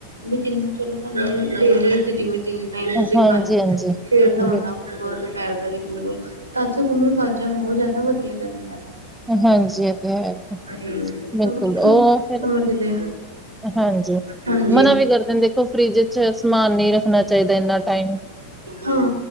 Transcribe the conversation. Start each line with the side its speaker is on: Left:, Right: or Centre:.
Right: ਵੀ ਜਿੰਨਾ ਚਿਰੋ ਤੁਹਾਨੂੰ ਡੇਲੀ ਜਿਵੇਂ ਤਿੰਨ ਟਾਈਮ ਤੁਸੀਂ
Centre: ਹਾਂਜੀ,
Right: ਖਾਣੀ
Centre: ਹਾਂਜੀ
Right: ਐ, ਫਿਰ ਇਦਾਂ ਹੁੰਦਾ
Centre: ਬਿਲ
Right: ਦੁਪਹਿਰ ਦਾ ਵੀ ਗੁਨ ਲੋਂ, ਤਾਜ਼ਾ ਗੁਨੋ ਤਾਜ਼ਾ ਹੋਰ ਬਹੁਤ ਜ਼ਿਆਦਾ ਵਧੀਆ ਰਹਿੰਦਾ ਹੈ।
Centre: ਹਾਂਜੀ ਇਦਾਂ ਹੀ ਹੈ।
Right: ਮਮਾ
Centre: ਬਿਲਕੁਲ
Right: ਕਿਥੇ
Centre: ਉਹ
Right: ਨੇ,
Centre: ਫਿਰ
Right: ਮਮਾ ਜੀ ਗਏ
Centre: ਹਾਂਜੀ।
Right: ਹਾਂਜੀ,
Centre: ਮਨਾ ਵੀ ਕਰਦੇ ਨੇ ਦੇਖੋ ਫਰਿੱਜ ਚ ਸਮਾਨ ਨਹੀਂ ਰੱਖਣਾ ਚਾਹੀਦਾ ਇੰਨਾ ਟਾਈਮ
Right: ਹਾਂ,